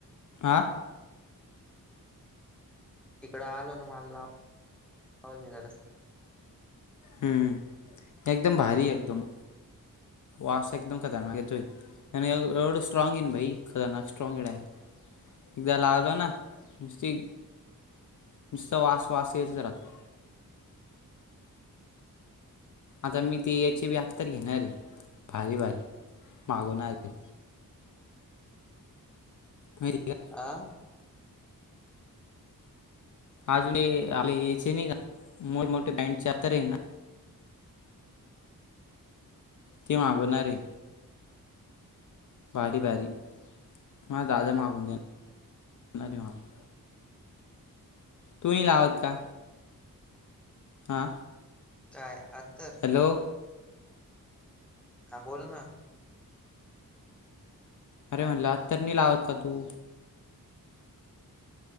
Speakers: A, on the left; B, in the centre.
A: आ
B: इकड आलो ना मला, लावल मी जरासं
A: हम्म! एकदम भारी एकदम, वस एकदम खतरनाक येतोय. आणि एवढं स्ट्राँंग ये ना भाई, खतरनाक स्ट्रॉँगड आहे. एकदा लावलं ना नुसती नुसता वास, वास येतच राहतो. आता मी ती येची बी अत्तर घेणार ये, भारी वाली, मागवणार आहे. मेरी <unintelligible>
B: आ?
A: अजून हे आपले याचे नाही का, मोठमठे बँडचे अत्तर ये ना ती मागवणारे भारी-भारी, मा जादा माघून दया <inaudible> तु नई लावत का? हा.
B: काय अत्तर?
A: हॅलो?
B: हा बोल ना.
A: अरे म्हणलं अत्तर नई लावत का तू?